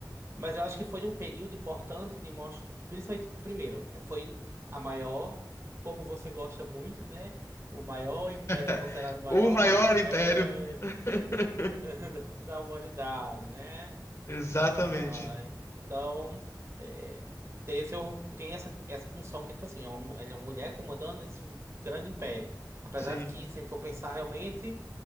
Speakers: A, on the right; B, on the left.
A: Mas eu acho que foi um período importante de mostrar, principalmente primeiro, é, foi a maior, como você gosta muito, né? O maior império,
B: <laughs>
A: é considerado o maior
B: O maior
A: império
B: império. <laughs>
A: <laughs> da da humanidade, né?
B: Exatamente.
A: Ah, então, é, tem, esse, tem essa, essa função que, tipo assim, é uma, mu- ele é uma mulher comandando esse grande império. Apesar
B: Sim.
A: de que, se a gente for pensar realmente,